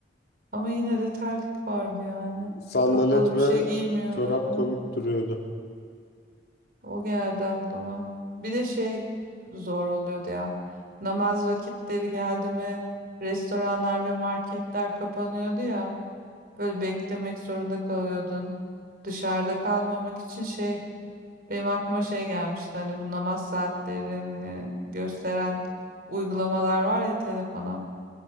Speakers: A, on the right; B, on the left.
A: Ama yine de terlik vardı yani.
B: Sandalet
A: Kapalı bir
B: ve
A: şey giymiyorlardı.
B: çorap komik duruyordu.
A: O geldi aklıma. Bir de şey zor oluyordu ya. Namaz vakitleri geldi mi restoranlar ve marketler kapanıyordu ya. Böyle beklemek zorunda kalıyordun. Dışarıda kalmamak için şey benim aklıma şey gelmişti. Hani bu namaz saatlerini gösteren uygulamalar var ya telefona.